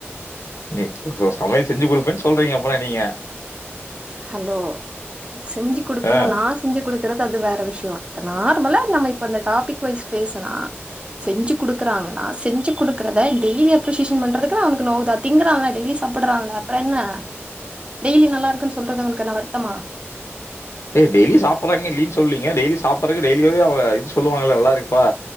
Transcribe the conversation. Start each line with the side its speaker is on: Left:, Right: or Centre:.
Left: நீ ச சமையல் செஞ்சு குடுப்பேன் சொல்றீங்க அப்பனா நீங்க
Right: ஹலோ செஞ்சு குடுப்பனா
Left: ஆ.
Right: நா செஞ்சு குடுக்குறது அது வே சுயர் இப்ப நார்மலா நம்ம இப்ப இந்த டாபிக் வைஸ் பேசுனா செஞ்சு குடுக்குறாங்கன்னா செஞ்சு குடுக்குறத டெய்லி அப்ரிசியேஷன் பண்றதுக்கு எல்லா அவனுக்கு நோவுதா திங்குறாங்க டெய்லி சாப்பிடுறாங்க அப்புற என்ன டெய்லி நல்லா இருக்குன்னு சொல்றது அவருக்கு என்ன வருத்தமா
Left: டெய்லி சாப்பிடுறாங்க இல்லன்னு சொல்லிங்க டெய்லி சாப்படுறதுக்கு டெய்லியு அவுங்க இது சொல்லுவாங்கலா நல்லா இருக்குப்பா